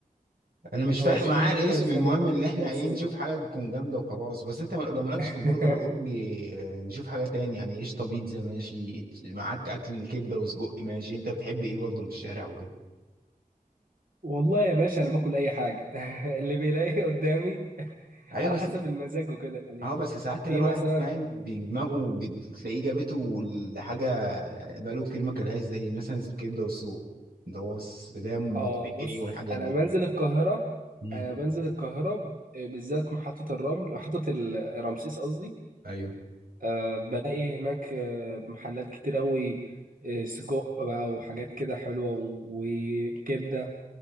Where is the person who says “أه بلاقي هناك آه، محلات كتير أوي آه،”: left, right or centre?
Right